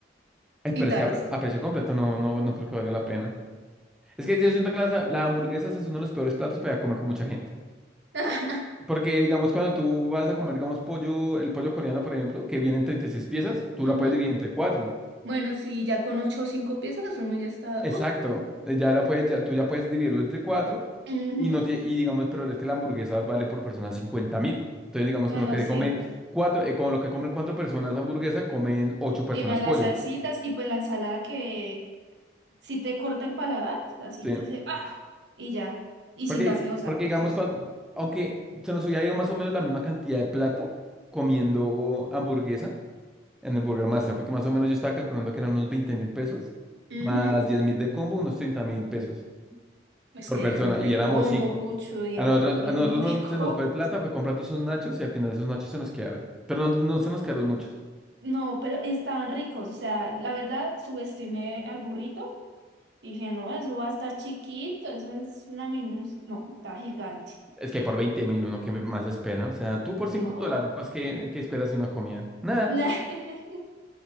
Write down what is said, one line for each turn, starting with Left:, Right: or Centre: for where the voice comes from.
Centre: ay, pero
Right: y tales.
Centre: es que a, pre- a precio completo no, no, no creo que valga la pena. Es que yo siento que las- la, hamburguesa es uno de los peores platos para comer con mucha gente.
Right: <laughs>
Centre: Porque, digamos, cuando tú vas a comer, digamos, pollo, el pollo coreano, por ejemplo, que viene en 36 piezas, tú
Right: Ujú.
Centre: la puedes dividir entre cuatro.
Right: Bueno, sí, ya con ocho o cinco piezas uno ya está.
Centre: Exacto.
Right: uh,
Centre: eh, Ya la puedes, ya, tú ya puedes dividirlo entre cuatro
Right: ujú.
Centre: y no tie- y digamos, pero es que la hamburguesa vale por persona cincuenta mil. Entonces, digamos,
Right: Bueno,
Centre: con lo que
Right: sí.
Centre: comen cuatro, eh, con lo que comen cuatro personas hamburguesa, comen ocho personas
Right: Y más
Centre: pollo.
Right: las salsitas y pues la ensalada que si te corta el paladar, así
Centre: Sí.
Right: te dice, ah, y ya. Y
Centre: Porque,
Right: sin gaseosa,
Centre: porque
Right: porque.
Centre: digamos, cuando, aunque se nos hubiera ido más o menos la misma cantidad de plata comiendo hamburguesa en el Burger Master, porque más o menos yo estaba calculando que eran unos veinte mil pesos,
Right: Ujú.
Centre: más diez mil de combo, unos treinta mil pesos
Right: Es
Centre: por
Right: que
Centre: persona,
Right: diez mil
Centre: y
Right: de
Centre: éramos
Right: combo,
Centre: cinco.
Right: cucho, <laughs>
Centre: A nosotros, a
Right: diez
Centre: nosotros
Right: mil de
Centre: no
Right: combo.
Centre: se nos fue plata, fue comprando esos nachos y al final esos nachos se nos quedaron. Pero no, no se nos quedaron muchos.
Right: No, pero estaban ricos. O sea, la verdad, subestimé al burrito y dije, no, eso va a estar chiquito, eso es una minus. No, está gigante.
Centre: Es que por veinte mil uno que más espera. O sea, tú por 5
Right: No.
Centre: dólares, ¿qué, qué esperas de una comida? Nada.
Right: <laughs>